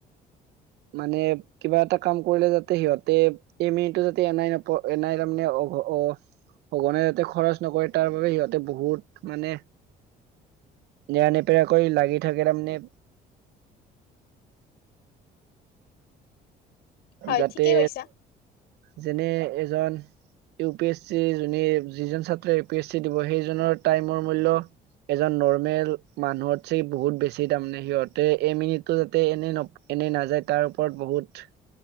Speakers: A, on the right (about 80°); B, on the left (about 75°).
A: মানে কিবা এটা কাম কৰিলে যাতে সিহঁতে এই মিনিটো যাতে এাই নপ এনাই তাৰমানে অঘ অ সঘনে যাতে খৰচ নকৰে তাৰবাবে সিহঁতে বহুত মানে নেৰানেপেৰাকৈ লাগি থাকে তাৰমানমানে।
B: হয়
A: যাতে।
B: ঠিকে কৈছা
A: যেনে এজন ইউ পি এছ চি যোনে যিজন ছাত্ৰ ইউ পি এছ চি দিব সেইজনৰ টাইমৰ মূল্য এজন নৰ্মেল মানুহতছে বহুত বেছি তাৰমানে সিহঁতে এ মিনিটটো যাতে এনে এনেই নাযায় তাৰ ওৰত বহুত